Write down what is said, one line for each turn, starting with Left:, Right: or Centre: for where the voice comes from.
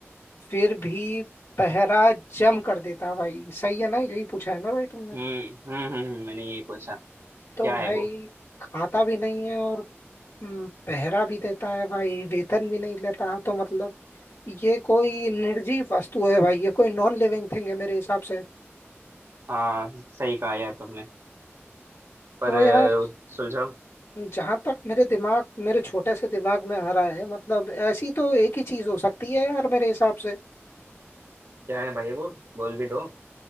Left: फिर भी पहरा जम कर देता भाई सही है ना यही पूछा है ना भाई तुमने
Right: हम्म हम्म हम्म हम्म, मैंने यही पूछा
Left: तो
Right: क्या है
Left: भाई
Right: वो
Left: खाता भी नहीं है और हम्म, पहरा भी देता है भाई वेतन भी नहीं लेता तो मतलब ये कोई निर्जीव वस्तु है भाई ये कोई नॉन लिविंग थिंग है मेरे हिसाब से
Right: हाँ सही कहा यार तुमने पर
Left: तो
Right: अ,
Left: यार
Right: सुलझाओ
Left: जहां तक मेरे दिमाग मेरे छोटे से दिमाग में आ रहा है मतलब ऐसी तो एक ही चीज हो सकती है यार मेरे हिसाब से
Right: क्या है भाई वो बोल भी दो